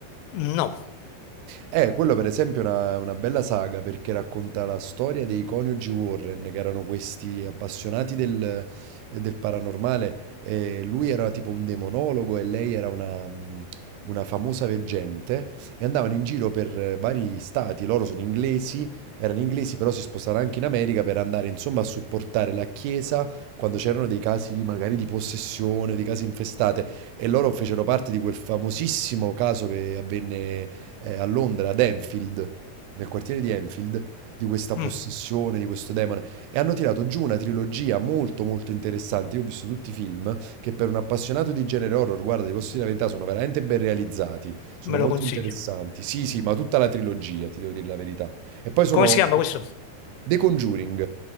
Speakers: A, on the left; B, on the right.
A: No,
B: Eh, quello per esempio è una, una bella saga perché racconta la storia dei coniugi Warren, che erano questi appassionati del, del paranormale. E lui era tipo un demonologo e lei era una, mh, una famosa veggente e andavano in giro per eh, vari stati. Loro sono inglesi, erano inglesi, però si spostarono anche in America per andare insomma a supportare la chiesa quando c'erano dei casi di- magari di possessione, di case infestate. E loro fecero parte di quel famosissimo caso che avvenne eh, a Londra, ad Enfield, nel quartiere di Enfield, di questa possessione,
A: mm,
B: di questo demone. E hanno tirato giù una trilogia molto molto interessante. Io ho visto tutti i film che per un appassionato di genere horror, guarda, ti posso dire la verità, sono veramente ben realizzati, sono
A: me
B: molto
A: lo consiglio.
B: interessanti. Sì, sì, ma tutta la trilogia, ti devo dire la verità. E poi sono
A: Come si chiama questo?
B: The Conjuring.